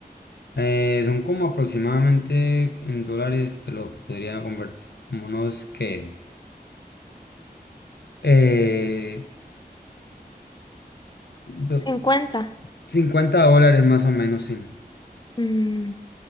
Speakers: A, on the left; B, on the left.
A: Eh, son como aproximadamente en dólares, te lo podría convertir como unos que eh,
B: S-
A: do-
B: 50.
A: 50 dólares más o menos, sí.
B: Mm,